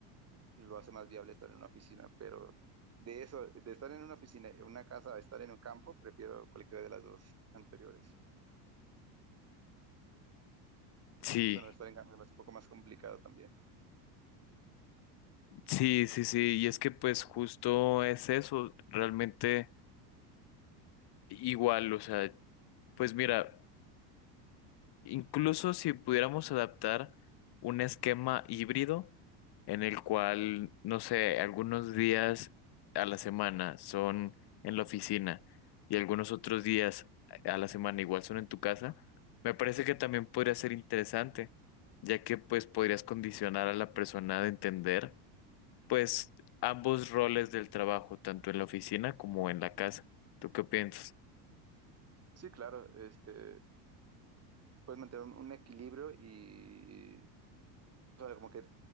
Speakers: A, on the right; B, on the left.
A: lo hace más viable estar en una oficina, pero de eso, de estar en una oficina, en una casa, a estar en un campo, prefiero cualquiera de las dos anteriores,
B: Sí,
A: porque si bueno, estar en campo es un poco más complicado también.
B: sí, sí, sí, y es que pues justo es eso, realmente. Igual, o sea, pues mira, incluso si pudiéramos adaptar un esquema híbrido en el cual, no sé, algunos días a la semana son en la oficina y algunos otros días a la semana igual son en tu casa, me parece que también podría ser interesante, ya que pues podrías condicionar a la persona de entender pues ambos roles del trabajo, tanto en la oficina como en la casa. ¿Tú qué piensas?
A: Sí, claro, este, puedes mantener un, un equilibrio y, o sea, como que